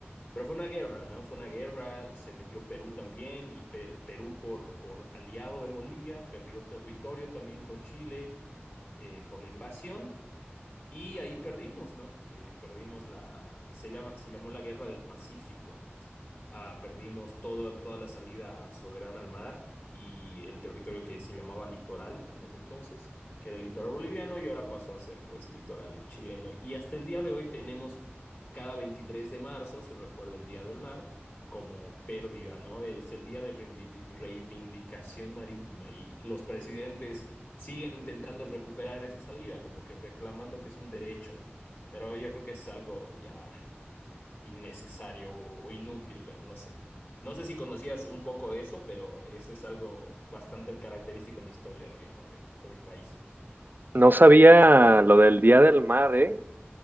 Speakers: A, on the left; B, on the right.
A: Pero fue una guerra, ¿no? Fue una guerra, se metió Perú también y Per- Perú por, por aliado de Bolivia, perdió territorio también con Chile eh, por la invasión y ahí perdimos, ¿no? Eh, perdimos la, se llama, se llamó la Guerra del Pacífico. Ah, perdimos todo, toda la salida soberana al mar y el territorio que se llamaba litoral en ese entonces, que era el litoral boliviano y ahora pasó a ser pues litoral chileno. Y hasta el día de hoy tenemos cada 23 de marzo, se recuerda el Día del Mar, como pérdida, ¿no? Es el día de reivindi- reivindicación marítima y los presidentes siguen intentando recuperar esa salida, como que reclamando que es un derecho, ¿no? Pero yo creo que es algo ya innecesario o inútil, pero no sé. No sé si conocías un poco de eso, pero eso es algo bastante característico en la historia, digamos, de, de mi país.
B: No sabía lo del Día del Mar, ¿eh?